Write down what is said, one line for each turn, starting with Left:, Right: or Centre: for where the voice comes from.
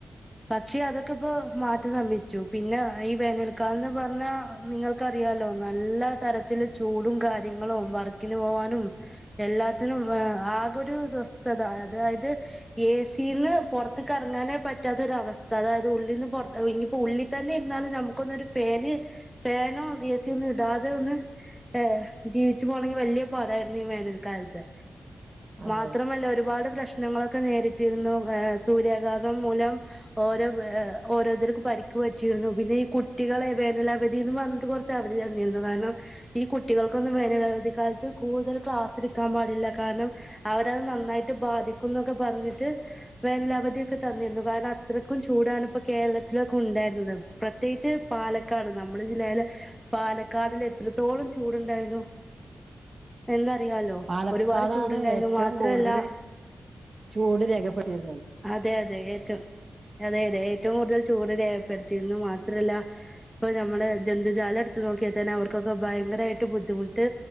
Centre: പക്ഷെ അതൊക്കെ ഇപ്പോമാറ്റം സംഭവിച്ചു പിന്ന ഈ വേനൽകാലന്ന് പറഞ്ഞാൽ നിങ്ങൾ ക്കറിയാലോ നല്ല തരത്തില് ചൂട് കാര്യങ്ങളും വർക്കിനു പോകാനും എല്ലാത്തിനും ആകൊരു സ്വസ്ഥത അതായത് ഏ സി ന്ന്‌ പൊറത്ത്ക്ക് എറങ്ങാനെ പറ്റാത്തൊരവസ്ഥ അതായത് ഉള്ളിന്ന് പൊർ ന്നിപ്പോ ഉള്ളിത്തന്നെ ഇരുന്നാലുംനമുക്കൊന്നൊരു ഫാന് ഫാനോ എ സി യൊ ഇടാതെയൊന്ന് ഏ ജീവിച്ചു പോണങ്കിൽ വെല്ല്യ പാടായിരുന്നു ഈ വേനൽക്കാലത്ത്
Right: അതെ
Centre: മാത്രമല്ല ഒരുപാട് പ്രേശ്നങ്ങളൊക്കെ നേരിട്ടിരുന്നു ഏ സൂര്യാഘാതം കം മൂലം ഒരോ ഏ ഓരോരുത്തർക്ക് പരിക്ക് പറ്റിയിരുന്നു പിന്നെ ഈ കുട്ടികളെ വേനലവധി എന്നുംപറഞ്ഞിട്ട് കൊറച്ചവധി തന്നിരുന്നു കാരണം ഈ കുട്ടികൾക്കൊന്നും വേനലവധിക്കാലത്ത് കൂടുതൽ ക്ലാസ്സെടു ക്കാം പാടില്ല കാരണം അവരത് നന്നായിട്ട് ബാധിക്കുന്നൊക്കെ പറഞ്ഞിട്ട് വേനലവധിയൊക്കെ തന്നിരുന്നു കാരണം അത്രക് ക്കും ചൂടാണിപ്പ കേരളത്തിലൊക്കെ ഒണ്ടായിരുന്നത് പ്രത്യേകിച്ച് പാലക്കാട്‌ നമ്മടെ ജില്ലയിലെ പാലക്കാടിലെത്ര ത്തോളം ചൂടുണ്ടായിരുന്നു. എന്നാൽ റിയാലോ
Right: പാലക്കാടാണ്
Centre: ഒരുപാട് ചൂട്ണ്ടായിരുന്നു
Right: ഏറ്റവും
Centre: മാത്രല്ല
Right: കൂടുതൽ ചൂട് രേഖപ്പെടുത്തിയിരുന്നത്
Centre: അതെയതെ ഏറ്റോം അതെയതെ ഏ എറ്റവും കൂടുതൽ ചൂട് രേഖപെടുത്തിയത് മാത്രല്ല ഇപ്പൊ നമ്മുടെ ജന്തു ജാലം എടുത്ത് നോക്കിയാ തന്നെ അവർക്ക് ർക്ക് ഒക്കെ ഭയങ്കരായിട്ട് ബുദ്ധിമുട്ട്